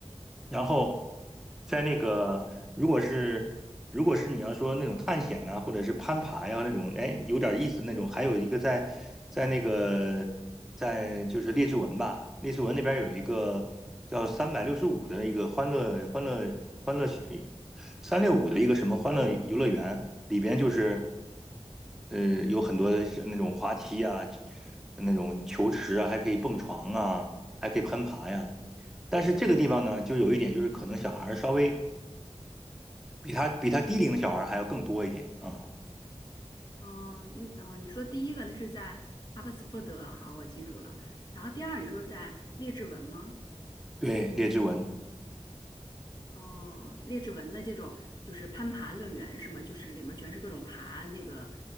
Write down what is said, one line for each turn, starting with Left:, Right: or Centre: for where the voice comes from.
Centre: 然后在那个，如果是如果是你要说那种探险呐、或者是攀爬呀、那种，哎，有点意思那种，还有一个在在那个在就是列治文吧，列治文那边有一个叫三百六十五的一个欢乐欢乐欢乐三六五的一个什么欢乐游乐园，里边就是呃有很多像那种滑梯啊，那种球池啊，还可以蹦床啊，还可以攀爬呀。但是这个地方呢，就有一点就是可能小孩稍微比他比他低龄的小孩还要更多一点啊。
Left: 哦，嗯，哦，你说第一个那是在阿巴斯福德，好，我记住了。然后第二你说是在列治文吗？
Centre: 对，列支文，
Left: 哦，列治文的这种就是攀爬乐园是吗？就是里面全是各种爬那个